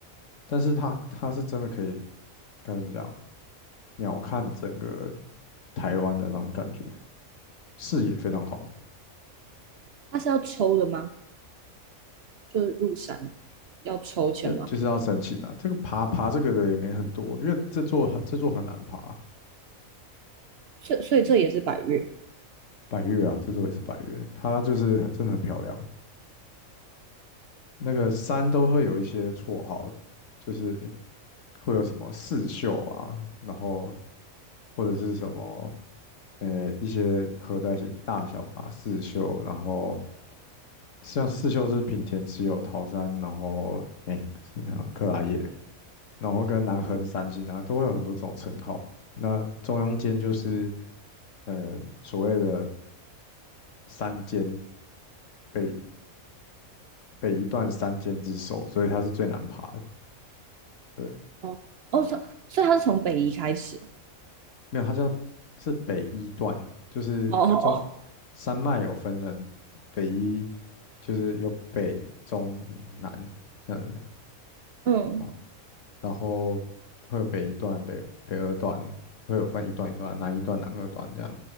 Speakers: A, on the left; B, on the right.
A: 但是它它是真的可以该怎么讲，鸟瞰整个台湾的那种感觉，视野非常好，
B: 它是要抽的吗？就是入山要抽签吗？
A: 要就是要申请啊，这个爬爬这个的也没很多，因为这座很这座很难爬，
B: 所以所以这也是百越
A: 百越啊，这座也是百越，它就是很真的很漂亮，那个山都会有一些绰号，就是。会有什么四秀啊，然后或者是什么呃一些合在一起大小吧四秀，然后像四秀是品田只有桃山，然后哎是那个克拉叶，然后跟南河的三星啊都会有很多这种称号。那中央间就是呃所谓的山间北北一段山间之首，所以它是最难爬的。对，
B: 哦哦，所以所以它是从北移开始哦
A: 没有它叫是北一段，就是中
B: 哦哦，
A: 山脉有分成北一就是有北中南这样子，
B: 嗯，
A: 然后然后会有北一段、北北二段，会有分一段一段，南一段、南二段这样，